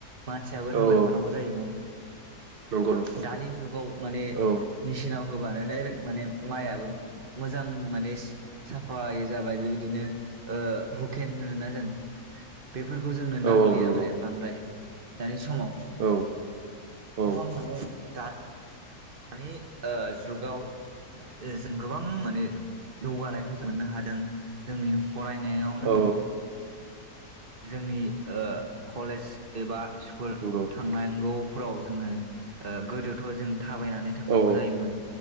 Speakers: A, on the right; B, on the right.
A: मानसियाबो थाबायफानांगौ
B: औ
A: जायोमोन।
B: नंगौ नंगौ
A: दानि जुगाव माने
B: औ
A: मेचिनाव होब बानो दाइरेक्ट माने माइयाबो मोजां माने सि साफायै जाबाय बेबायदिनो ओ हुकेन होनोना जों बेफोरखौ जोंनो नांलिया
B: औ औ नंगौ
A: माने बांद्राय। दानि स माव
B: औ औ
A: गोबां माने गा दानि ओ जुगाव जों गोबां माने जौगानायखौ जों मोननो हादों जोंनि फरायनायावनो
B: औ
A: होन जोंनि ओ कलेज एबा स्कुल
B: नंगौ
A: थांनांगौ फोराव जोङो ओ गोदोथ' जों थाबायनानै थांनांगौ
B: औ
A: जायोमोन।